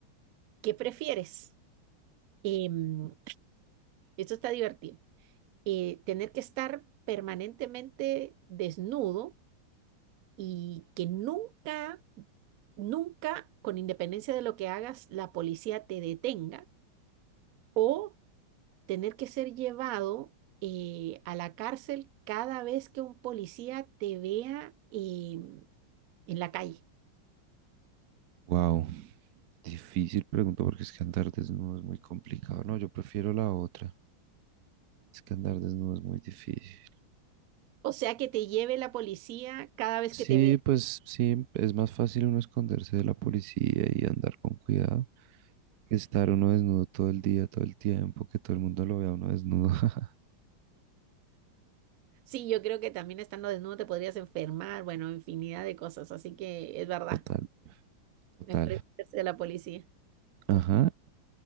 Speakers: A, on the right (about 90°); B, on the right (about 65°).
A: ¿Qué prefieres? Em, esto está divertido. Eh, tener que estar permanentemente desnudo y que nunca, nunca, con independencia de lo que hagas, la policía te detenga o tener que ser llevado eh, a la cárcel cada vez que un policía te vea em, en la calle.
B: wow, difícil pregunta porque es que andar desnudo es muy complicado. No, yo prefiero la otra. Es que andar desnudo es muy difícil.
A: O sea, que te lleve la policía cada vez
B: Sí,
A: que te vea.
B: pues sí, es más fácil uno esconderse de la policía y andar con cuidado que estar uno desnudo todo el día, todo el tiempo, que todo el mundo lo vea uno desnudo. <laughs>
A: Sí, yo creo que también estando desnudo te podrías enfermar, bueno, infinidad de cosas, así que es verdad,
B: Total,
A: mejor
B: total.
A: esconderse de la policía.
B: Ajá.
A: Oh,